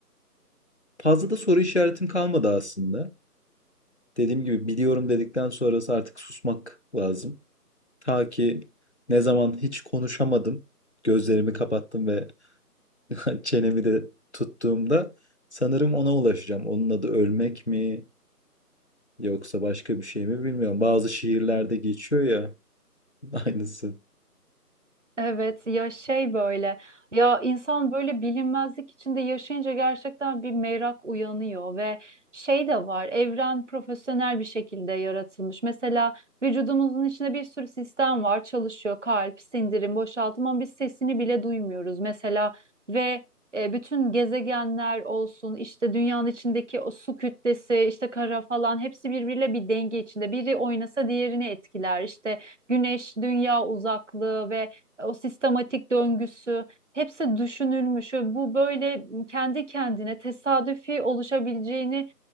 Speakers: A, on the left (about 45°); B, on the right (about 50°).
A: fazla da soru işaretim kalmadı aslında. dediğim gibi biliyorum dedikten sonrası artık susmak lazım. Ta ki ne zaman hiç konuşamadım, gözlerimi kapattım ve <laughs> çenemi de tuttuğumda sanırım ona ulaşacağım. Onun adı ölmek mi yoksa başka bir şey mi bilmiyorum. Bazı şiirlerde geçiyor ya <laughs> aynısı.
B: Evet ya şey böyle ya insan böyle bilinmezlik içinde yaşayınca gerçekten bir merak uyanıyor ve şey de var evren profesyonel bir şekilde yaratılmış. Mesela vücudumuzun içinde bir sürü sistem var çalışıyor kalp, sindirim, boşaltım ama biz sesini bile duymuyoruz mesela ve e, bütün gezegenler olsun işte dünyanın içindeki o su kütlesi işte kara falan hepsi birbiriyle bir denge içinde biri oynasa diğerini etkiler işte güneş dünya uzaklığı ve o sistematik döngüsü hepsi düşünülmüş ve bu böyle kendi kendine tesadüfi oluşabileceğini